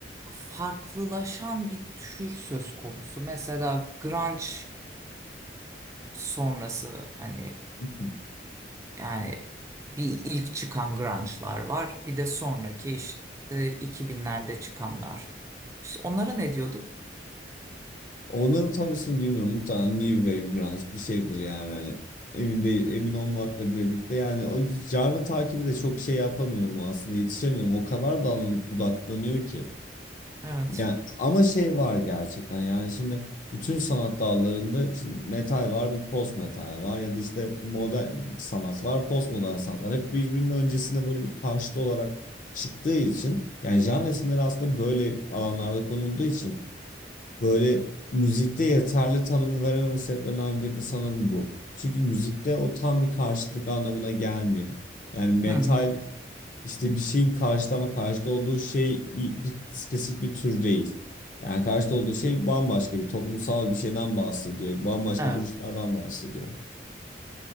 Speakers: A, on the right; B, on the left.
A: farklılaşan bir tür söz konusu. Mesela grunge sonrası hani
B: <laughs>
A: yani bir ilk çıkan grunge'lar var. Bir de sonraki işte 2000'lerde çıkanlar. İşte onlara ne diyordu?
B: Onların tam ismini bilmiyorum. Muhtemelen New Wave Grunge bir şeydir yani. Hani emin değil, emin olmakla birlikte. Yani o canlı takibi de çok şey yapamıyorum aslında. Yetişemiyorum. O kadar dallanıp budaklanıyor ki.
A: Evet.
B: Yani ama şey var gerçekten. Yani şimdi bütün sanat dallarında şimdi metal var, bir post metal var ya da işte modern sanat var, post modern sanat var. Hep birbirinin öncesine böyle bir karşıt olarak çıktığı için yani genre isimleri aslında böyle alanlarda konulduğu için Böyle müzikte yeterli tanımı verememe sebeplerinden biri de sanırım bu. Çünkü müzikte o tam bir karşıtlık anlamına gelmiyor. Yani metal
A: Hı hı.
B: işte bir şeyin karşıtı ama karşıtı olduğu şey bir spesifik bir tür değil. Yani karşıtı olduğu şey bambaşka bir toplumsal bir şeyden bahsediyor. Bambaşka
A: Evet.
B: duruşlardan bahsediyor.